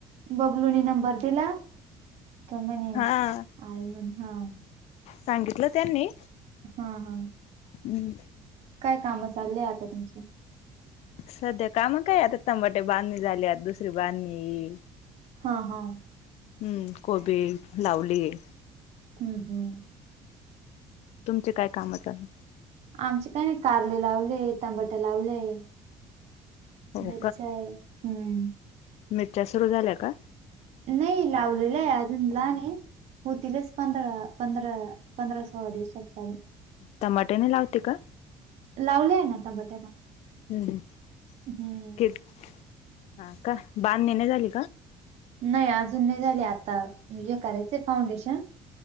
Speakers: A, on the right (about 65°); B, on the left (about 65°).
A: बबलूनी नंबर दिला तो म्हणे
B: हा
A: आहे म्हणे हां
B: सांगितलं त्यांनी
A: हां हां.
B: हुं.
A: काय कामं चालेयं आता तुमची?
B: सध्या काम काय आता टमाॅटे बांधणी झाल्यात आता दुसरी बांधणी येई
A: हां हां.
B: हुं कोबी लावलीये.
A: हुं हुं.
B: तुमचे काय काम चालुयं?
A: आमचे काय नायी कारलं लावलेय टामांटे लावलेय.
B: हो
A: मिरच्यायं हुं.
B: मिच्या सुरू झाल्या का?
A: नायी लावलेलयं अजून लहानयं. होतीलच पंधरा, पंधरा, पंधरा, सोळा दिवसांच्या <inaudible>
B: टमांटे नायी लावते का?
A: लावलेयं नां टंमांटे पण.
B: हुं हुं
A: हम्म.
B: के हां का? बांधणी नायी झाली का?
A: नायी अजून नायी झाले. आता हे करायचंय फाउंडेशन.